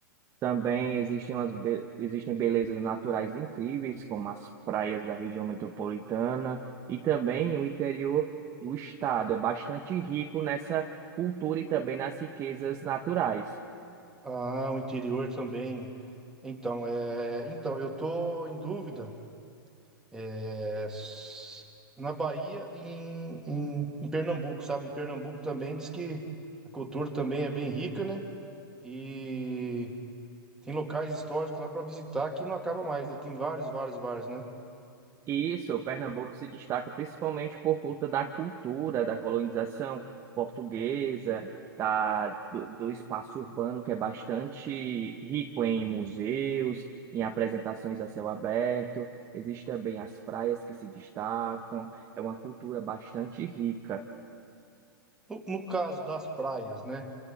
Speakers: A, on the right; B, in the centre.
A: Também existem, as be- existem belezas naturais incríveis, como as praias da região metropolitana, e também o interior do estado é bastante rico nessa cultura e também nas riquezas naturais.
B: Ah, o interior também. Então, é, então eu tô em dúvida. É, s- na Bahia e em, em, em Pernambuco, sabe? Em Pernambuco também diz que a cultura também é bem rica, né? E tem locais históricos lá para visitar que não acaba mais, né? Tem vários, vários, vários, né?
A: Isso, o Pernambuco se destaca principalmente por conta da cultura, da colonização portuguesa, da, do, do espaço urbano que é bastante rico em museus, em apresentações a céu aberto. Existem também as praias que se destacam, é uma cultura bastante rica.
B: No, no caso das praias, né?